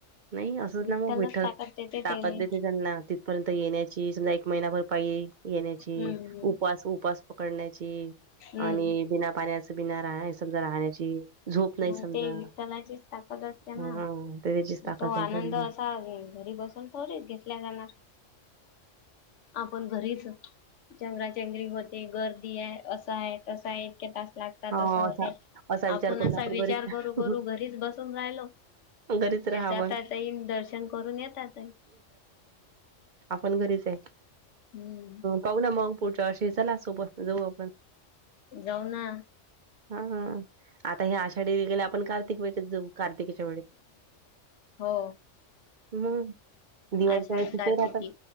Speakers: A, on the right; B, on the left.
A: नाही असंच
B: विठ्ठलच
A: ना मग विठ्ठल
B: ताकद देते
A: ताकद
B: त्याले
A: देते त्यांना तिथपर्यंत येण्याची समजा एक महिनाभर पाई येण्याची
B: हम्म हम्म
A: उपास उपास पकडण्याची
B: हम्म
A: आणि बिना पाण्याच बिना राह समजा राहण्याची. झोप नाही
B: मग
A: समजा
B: ते विठ्ठलाचीच ताकद असते
A: हा
B: ना
A: तर त्याचीच ताकद
B: तो
A: आहे
B: आनंद
A: समजा
B: असा घरी बसून थोडीच घेतल्या जाणार, आपण घरीच चेगराचेंगरी होते गर्दी आहे असं आहे तसं आहे इतके तास लाग तात
A: हो
B: आस होते.
A: असा असा विचार
B: आपण
A: करून
B: असा विचार
A: घरीच
B: करू करू घरीच बसून राहिलो ते
A: घरीच राहावं
B: जाताईन द करून येतात
A: आपण घरीच आहे
B: हम्म
A: पाह ना मग पुढच्या वर्ष चला सोबत जाऊ आपण
B: जाऊ ना
A: हा आता ह आषाढी वेगेला आपण कार्तिक वेचत जाऊ कार्तिक स
B: हो
A: हम् दिवाळीच्या
B: आषाढी
A: वेळेस तिथे
B: कार्तिकी
A: राहतात